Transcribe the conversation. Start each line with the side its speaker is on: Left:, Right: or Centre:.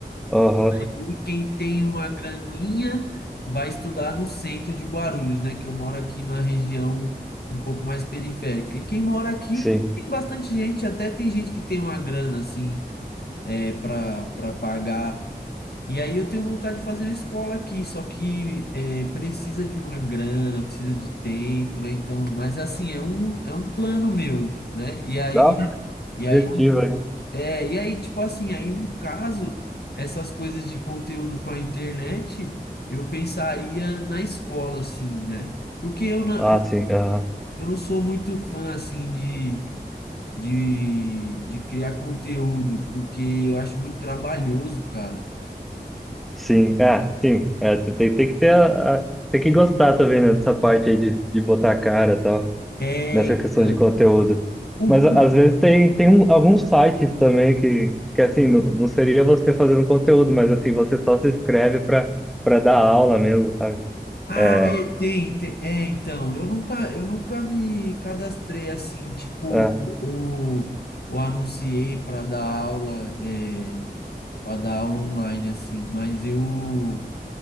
Centre: Aham,
Left: E quem tem uma graninha vai estudar no centro de Guarulhos, né? Que eu moro aqui na região um pouco mais periférica. E quem mora aqui
Centre: sim.
Left: tem bastante gente, até tem gente que tem uma grana assim, é, para para pagar e aí eu tenho vontade de fazer uma escola aqui, só que é, precisa de uma grana, precisa de tempo, né? Então, mas assim, é um, é um plano meu, né? E aí,
Centre: Dá uma
Left: e aí,
Centre: objetiva, hein?
Left: é, e aí, tipo assim, aí no caso, essas coisas de conteúdo para internet, eu pensaria na escola, assim, né? Porque eu não,
Centre: Ah,
Left: eu,
Centre: sim. Aham.
Left: eu não sou muito fã, assim, de, de, de criar conteúdo, porque eu acho muito trabalhoso, cara.
Centre: Sim. É, sim. É, tem, tem tem que ter a, a- tem que gostar também né, dessa parte aí de, de botar a cara e tal.
Left: É,
Centre: nessa
Left: então,
Centre: questão de conteúdo.
Left: o
Centre: Mas a- às vezes tem, tem um- alguns sites também que, que assim, não, não seria você fazendo conteúdo, mas assim, você só se inscreve para para dar aula mesmo, sabe?
Left: Ah,
Centre: É,
Left: é, tem, tem. É, então, eu nunca, eu nunca me cadastrei assim, tipo,
Centre: é,
Left: ou, ou anunciei para dar aula, é, para dar aula online assim, mas eu